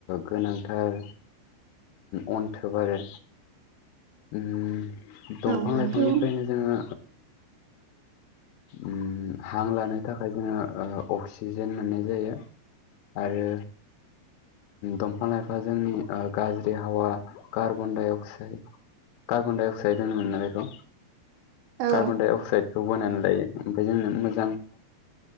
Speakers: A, on the left (about 80°); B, on the right (about 85°).
A: गोनांथार अन्थोब आरो ओम दंफां
B: औ नंगौ
A: लाइफांनिफ्रायनो। जोङो ओ हां लानो थाखाय जोङो ओ। अक्सिजेन मोननाय जायो आरो दंफां लाइफा जोंनि गाज्रि हावा कार्बन डाइ अक्साइड, कार्बनडाय अक्साइड होनो मोना बेखौ,
B: औ
A: कार्बन डाइ अक्साइदखौ बोनानै लायो ओमफ्राय जोंनो मोज